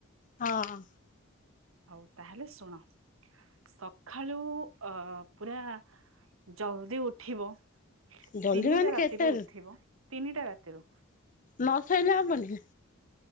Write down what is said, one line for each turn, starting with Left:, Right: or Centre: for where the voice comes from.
Left: ହଁ ହଁ।
Right: ହଉ ତାହେଲେ ଶୁଣ ସଖାଳୁ ଅ- ପୁରା ଜଲ୍ଦି ଉଠିବ।
Left: ଜଲ୍ଦି
Right: ତିନିଟା
Left: ମାନେ
Right: ରାତିରୁ
Left: କେତେ
Right: ଉଥିବ, ତିନିଟା ରାତିରୁ।
Left: ନ ସଇଲେ ହବନି।